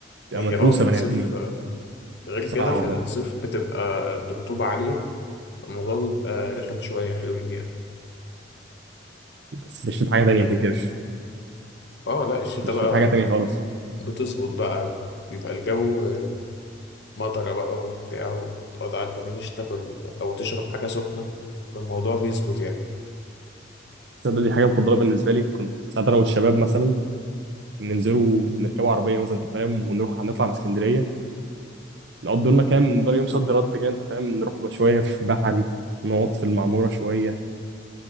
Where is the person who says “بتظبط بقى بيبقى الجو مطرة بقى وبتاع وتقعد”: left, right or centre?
Left